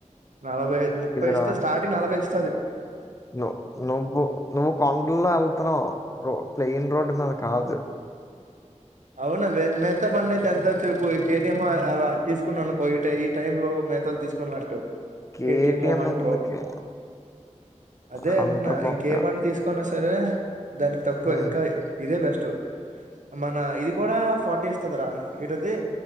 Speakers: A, on the right (about 75°); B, on the left (about 25°).
A: నలభై ముప్పై ఇస్తది
B: రా.
A: స్టార్టింగ్ నలభై ఇస్త
B: ను నువ్వు నువ్వు కొండల్లో వెళ్తున్నావు ర ప్లెయిన్ రోడ్ మీద కాదు
A: అవునా మిగతా బండి అయితే ఎంత అయితది కేటీఎం తీసుకున్నా అనుకో ఈ టైమ్ లో మేతలు తీసుకున్నట్టు
B: కేటీఎం
A: కెటిఏం మోహన్
B: ఎందుకే?
A: టో అదే
B: హంటర్
A: అంటన్నా
B: బొక్క.
A: ఇంకే బండి తీసుకున్న స రే దానికి తక్కువ
B: హ్మ్.
A: ఇంకా ఇదే బెస్ట్ మన ఇది కూడా ఫార్టీ ఇస్తుందిరా ఏంటి ఇది